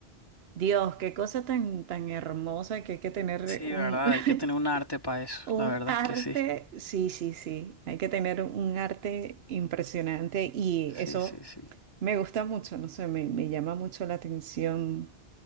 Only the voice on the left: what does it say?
Sí,
verdad,
hay que tener un arte para eso,
la verdad
es que sí.
Sí,
sí, sí.